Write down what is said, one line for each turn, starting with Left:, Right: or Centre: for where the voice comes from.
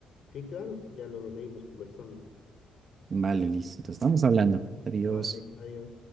Left: Sí, claro, ya luego seguimos conversando.
Right: Vale, listo. Entonces estamos hablando. Adiós.
Left: Vale, adiós.